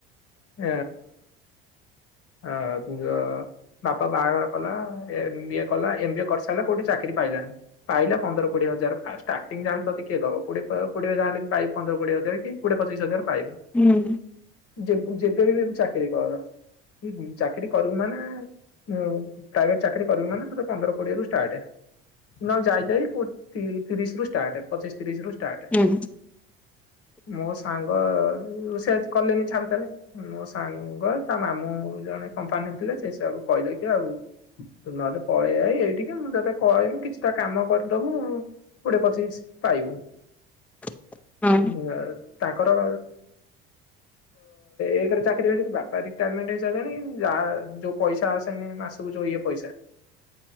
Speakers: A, on the left (about 50°); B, in the centre.
A: ୟ ହ ଯିଏ ବାପା ବାହାଘର କଲା ଏମ ବିଏ କଲା ଏମ ବିଏ କରିସାରିଲା କୋଉଠି ଚାକିରି ପାଇଲାନି। ପାଇଲା ପନ୍ଦର କୋଡିଏ ହଜାର ଫାଷ୍ଟ ଷ୍ଟାର୍ଟିଂ ଯାହାଲେ ତତେ କିଏ ଦବ କୋଡି କୋଡିଏ ଯାହାଲେ ପାଇ ପନ୍ଦର କୋଡିଏଜାର କି କୋଡେ ପଚିଶ ହଜାର ପାଇ
B: ହୁଁ।
A: ଯେ ଯେବେ ବି ଚାକିରୀ କର ଚାକିରୀ କରୁ ମାନେ ଆ ପ୍ରାଇଭେଟ ଚାକିରି କରିବୁ ମାନ ତ ପନ୍ଦର କୋଡିଏରୁ ଷ୍ଟାର୍ଟ। ନହେ ଯାଇଯାଇ କୋ ତିରିଶ ରୁ ଷ୍ଟାର୍ଟ ପଚିଶି ତିରିଶ ରୁ ଟାଟା
B: ହୁଁ
A: ମୋ ସାଙ୍ଗ ରଷ କଲେନି ଛାଡ଼ିଦଲେ। ମୋ ସାଙ୍ଗ ତା ମାମୁଁ ଜଣେ କମ୍ପାନୀରେ ଥିଲେ ସେ ସବୁ କହିଦେଇଛି ଆଉ। ତୁ ନହେଲେ ପଳେଇଆ ଏଇଠିକି ମୁଁ ତତେ କହିବି କିଛିଟା କାମ କରିଦବୁ ଆଉ। କୋଡିଏ ପଚିଶ ପାଇବୁ।
B: <unintelligible> ହଁ
A: ଆଁ ତାଙ୍କର ଏକ ରେ ଚାକିରି ହେଇନି। ବାପା ରିଟାରମେଣ୍ଟ ହେଇସାରିଲେଣି। ଯାହା ଯୋଉ ପଇସା ଆସେନି ମାସ କୁ ସବୁ ଯୋଉ ଇଏ ପଇସା।